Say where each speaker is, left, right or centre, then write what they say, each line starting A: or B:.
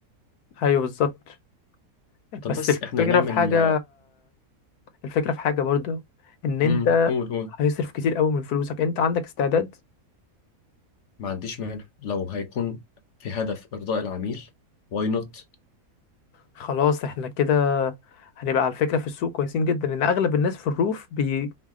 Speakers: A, on the left; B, on the left.
A: ايوه بالظبط
B: طب
A: بس
B: بس
A: الفكرة
B: احنا هنعمل
A: في حاجة الفكرة في حاجة برضو ان
B: مم.
A: انت
B: قول قول
A: هيصرف كتير قوي من فلوسك انت عندك استعداد
B: ما عنديش مانع لو هيكون في هدف إرضاء العميل واي نوت
A: خلاص احنا كده هنبقى على فكرة في السوق كويسين جدا لان اغلب الناس في الروف بي...